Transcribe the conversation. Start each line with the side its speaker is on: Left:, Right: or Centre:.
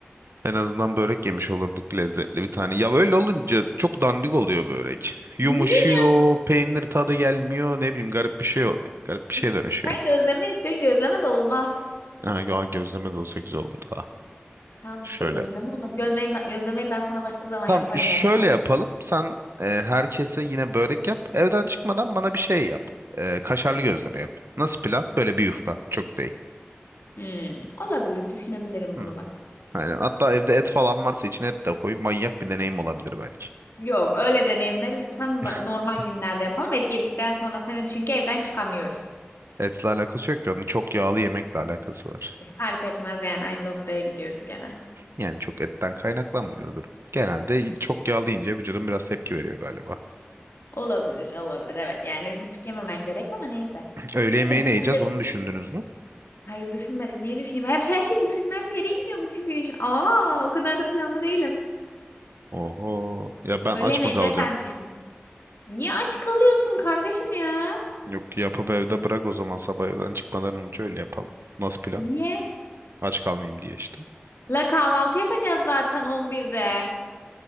Right: En azından börek yemiş olurduk lezzetli bir tane. Ya öyle olunca çok dandik oluyor börek. Yumuşuyor,
Left: Niye ya?
Right: peynir tadı gelmiyor, ne bileyim garip bir şey o- garip bir şeye
Left: Üf,
Right: dönüşüyor.
Left: sen gözleme istiyorsun. Gözleme de olmaz.
Right: Ha, ya gözleme de olsa güzel olurdu.
Left: Tamam
Right: Şöyle.
Left: işte gözleme olmaz. Gölmeyi ben, gözlemeyi ben sana başka zaman
Right: Tam
Left: yaparım
Right: şöyle
Left: evde.
Right: yapalım. Sen e, herkese yine börek yap. Evden çıkmadan bana bir şey yap. E, kaşarlı gözleme yap. Nasıl plan? Böyle bir yufka. Çok değil.
Left: Hmm, olabilir, düşünebilirim
Right: Hmm.
Left: bunu bak.
Right: Aynen. Hatta evde et falan varsa içine et de koy. Manyak bir deneyim olabilir belki.
Left: Yok, öyle deneyimleri lütfen ba-
Right: <laughs>
Left: normal günlerde yapalım. Et yedikten sonra senin çünkü evden çıkamıyoruz.
Right: Etle alakası yok ki. Onun çok yağlı yemekle alakası var.
Left: Fark etmez yani aynı noktaya gidiyoruz gene.
Right: Yani çok etten kaynaklanmıyor durum. Genelde çok yağlı yiyince vücudun biraz tepki veriyor galiba.
Left: Olabilir, olabilir. Evet yani bir tık yememen gerek ama neyse.
Right: Öğle yemeği
Left: Neyse düşünebiliriz.
Right: ne yiyeceğiz onu düşündünüz mü?
Left: Hayır düşünmedik. Niye düşüneyim? Hep her şey düşünmem gerekmiyor bütün gün için. Aa, o kadar da planlı değilim.
Right: Oho. Ya ben
Left: Öğle
Right: aç
Left: yemeğini
Right: mı kalacağım?
Left: de sen düşün. Niye aç kalıyorsun kardeşim ya?
Right: Yok yapıp evde bırak o zaman sabah evden çıkmadan önce öyle yapalım. Nasıl plan?
Left: Niye?
Right: Aç kalmayayım diye işte.
Left: La kahvaltı yapacağız zaten 11'de.